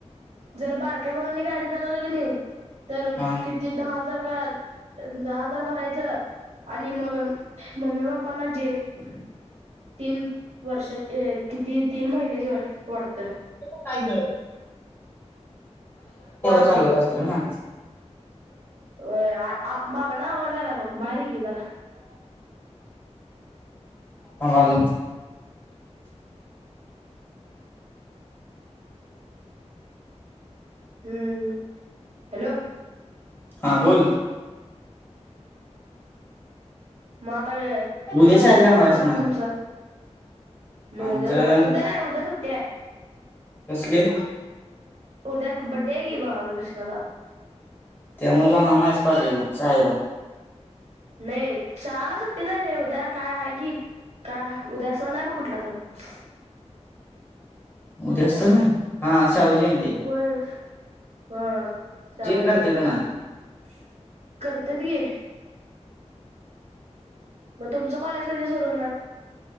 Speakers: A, on the right; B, on the left.
A: जर <inaudible> बारक्यापरनी गाडी चालवलं की नाही तर
B: हा
A: किती दहा हजार का <unintelligible> दहा हजार भरायचं आणि मग मम्मी पप्पांना जेल <inaudible> तीन वर्षा किती तीन महिन्याची वाढत
B: टायगर चालूत <unintelligible> असतील हो ना
A: व <unintelligible> माग ना मजला आहे बघ भारी गी जरा
B: हॅलो हॅलो
A: हम्म हॅलो
B: हा बोल
A: मग आता काय
B: उद्या
A: कॉलेज
B: शाळेला
A: कधी
B: जाणार
A: सुरू
B: आहेस
A: होणार
B: का नाही
A: तुमचं मग
B: आमचं
A: <inaudible> उद्या उद्या नाही उद्या सुट्ट्या
B: कसले
A: उद्या बडे आहे की बाज कृष्णा दादा
B: तेमुळेजणार नाहीस कॉलेजला शाळेला
A: नाही शाला सुट्टी नाय य रे उद्या काय आहे की काय उद्या अस नाही ब कुठला तर <unintelligible>
B: उद्या सन आहे हा शाहू जयंती आहे
A: होय हा शाहू
B: करतेत
A: जयंती
B: का
A: आहेत
B: नाही?
A: वाटत करतत गे मग तुमचं कॉलेज कधी सुरू होणार